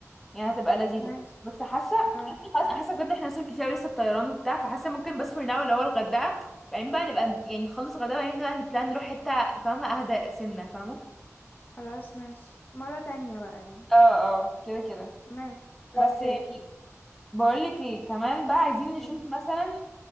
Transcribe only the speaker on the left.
ماشي
اه
خلاص ماشي مرة تانية بقى يعني
ماشي اوكي
مم.